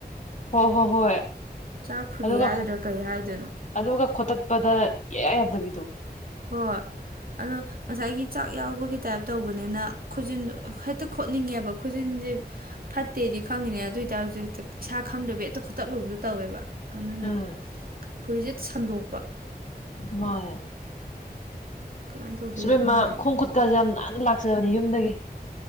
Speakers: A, on the left; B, on the right.
A: ꯍꯣꯏ ꯍꯣꯏ ꯍꯣꯏ
B: ꯆꯥꯛ ꯐꯨꯔꯤ
A: ꯑꯗꯨꯒ
B: ꯍꯥꯏꯒꯗ꯭ꯔ ꯀꯩ ꯍꯥꯏꯗꯣꯏꯅꯣ꯫
A: ꯑꯗꯨꯒ ꯈꯣꯠꯇꯠꯄꯗ ꯏꯌꯥ ꯌꯥꯗꯕꯤꯗꯣ꯫
B: ꯍꯣꯏ ꯑꯗꯣ ꯉꯁꯥꯏꯒꯤ ꯆꯥꯛ ꯌꯥꯎꯕꯒꯤ ꯇꯥꯏꯞ ꯇꯧꯕꯅꯤꯅ ꯈꯨꯖꯤꯟꯗꯣ ꯍꯦꯛꯇ ꯈꯣꯠꯅꯤꯡꯉꯦꯕ ꯈꯨꯖꯤꯟꯖꯦ ꯐꯠꯇꯦꯗꯤ ꯈꯪꯉꯤꯅꯦ ꯑꯗꯨ ꯑꯣꯏꯇꯥꯔꯖꯨ ꯍꯦꯛꯇ ꯏꯁꯥ ꯈꯪꯗꯕꯤ ꯍꯦꯛꯇ ꯈꯣꯠꯇꯠꯂꯨꯕꯗꯣ ꯇꯧꯋꯦꯕ꯫ ꯑꯗꯨꯅ
A: ꯎꯝ
B: ꯐꯨꯔꯤꯖꯦ ꯁꯟꯗꯣꯛꯄ꯫
A: ꯃꯥꯅꯦ
B: ꯀꯃꯥꯏꯅ ꯇꯧꯗꯣꯏꯅꯣ
A: ꯁꯨꯕꯦꯝꯃ
B: ꯈꯪꯗꯦ
A: ꯈꯣꯡ ꯈꯨꯠꯀꯥꯖꯦ ꯌꯥꯝ ꯅꯥꯟꯅ ꯂꯥꯛꯆꯕꯅꯦ ꯌꯨꯝꯗꯒꯤ